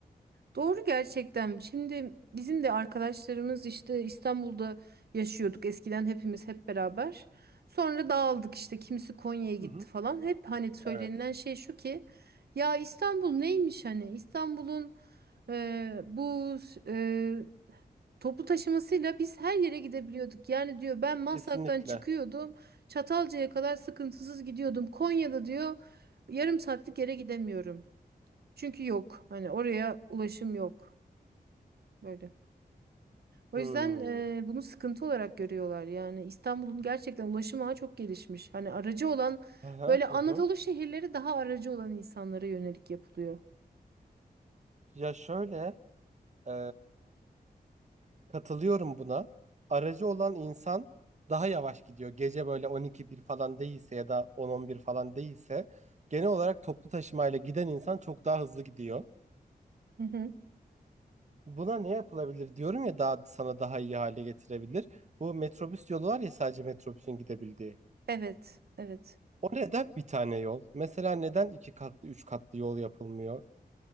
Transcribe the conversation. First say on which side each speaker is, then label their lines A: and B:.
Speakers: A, on the right; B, on the right.
A: Doğru gerçekten. Şimdi bizim de arkadaşlarımız işte İstanbul'da yaşıyorduk eskiden hepimiz hep beraber. Sonra dağıldık işte kimisi Konya'ya gitti
B: Hı hı.
A: falan. Hep hani söylenilen
B: Evet,
A: şey şu ki ya İstanbul neymiş hani İstanbul'un e, bu e, toplu taşımasıyla biz her yere gidebiliyorduk. Yani diyor ben Maslak'tan
B: kesinlikle.
A: çıkıyordum Çatalca'ya kadar sıkıntısız gidiyordum. Konya'da diyor yarım saatlik yere gidemiyorum. Çünkü yok hani oraya ulaşım yok. Böyle. O
B: Hmm.
A: yüzden e, bunu sıkıntı olarak görüyorlar. Yani İstanbul'un gerçekten ulaşım ağı çok gelişmiş. Hani aracı olan
B: Hı hı
A: böyle Anadolu
B: hı. hı.
A: şehirleri daha aracı olan insanlara yönelik yapılıyor.
B: Ya şöyle, e, katılıyorum buna. Aracı olan insan daha yavaş gidiyor. Gece böyle 12-1 falan değilse ya da 10-11 falan değilse genel olarak toplu taşımayla giden insan çok daha hızlı gidiyor.
A: Hı hı.
B: Buna ne yapılabilir diyorum ya daha sana daha iyi hale getirebilir. Bu metrobüs yolu var ya sadece metrobüsün gidebildiği.
A: Evet, evet.
B: O neden bir tane yol? Mesela neden iki katlı, üç katlı yol yapılmıyor?